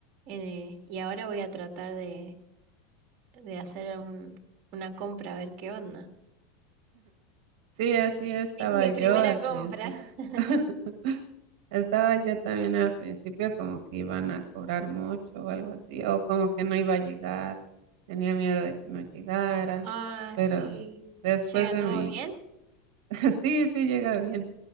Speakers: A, on the right; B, on the right.
A: Eh, y ahora voy a tratar de, de hacer un- una compra, a ver qué onda.
B: Sí, así estaba
A: Mi, mi
B: yo
A: primera
B: al principio.
A: compra. <laughs>
B: <laughs> Estaba yo también al principio como que iban a cobrar mucho o algo así, o como que no iba a llegar, tenía miedo de que no llegara,
A: Ah,
B: pero
A: sí.
B: después
A: ¿Llega
B: de
A: todo
B: mi,
A: bien?
B: <laughs> sí, sí llega bien,